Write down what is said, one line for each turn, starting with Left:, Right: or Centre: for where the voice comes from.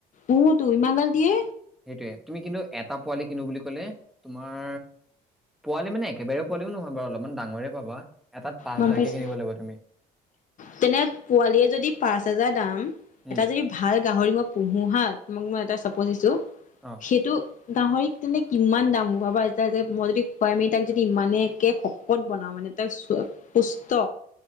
Left: উ টো ইমানগাল দিয়ে।
Centre: সেইটোৱে, তুমি কিন্তু এটা পোৱালি কিনো বুলি ক'লে তোমাৰ পোৱালি মানে একেবাৰে পোৱালিও নহয় বাৰু। অলপমান ডাঙৰে পাবা, এটাত পাঁচ
Left: গম
Centre: হাজাৰকে
Left: পাইছে
Centre: কিনিব লাগিব তুমি।
Left: তেনে পোৱালিয়ে যদি পাঁচ হাজাৰ দাম,
Centre: উম
Left: এটা যদি ভাল গাহৰি মই পোহো হা। তোমাক মই এটা চাপজ দিছো,
Centre: অ
Left: সেইটো গাহৰিক তেন্তে কিমান দাম ভাবা। যেতিয়া যে মই যদি খুৱাই মেলি তাক যদি ইমানকে শকত বনাওঁ। মানে <unintelligible> পুষ্ট,